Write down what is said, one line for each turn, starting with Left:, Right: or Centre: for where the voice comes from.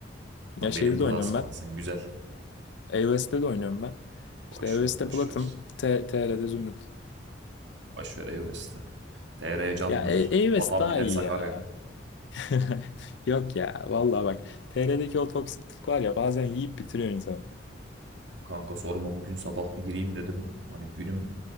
Left: Ya
Right: Tam
Left: şeyde
Right: benim klasmansın
Left: de oynuyorum ben.
Right: güzel.
Left: e de oynuyorum ben.
Right: Boş
Left: İşte E-West'te
Right: ver boş
Left: platım.
Right: ver.
Left: T TR'de zümrüt.
Right: Boş ver EOS'te. TR candır.
Left: Ya E- e
Right: Vatan
Left: daha
Right: millet
Left: iyi
Right: Sakarya.
Left: ya. <laughs> Yok ya vallahi bak. TR'deki o toksiklik var ya bazen yiyip bitiriyor insanı.
Right: Kanka sorma bugün sabah bir gireyim dedim. Hani günüm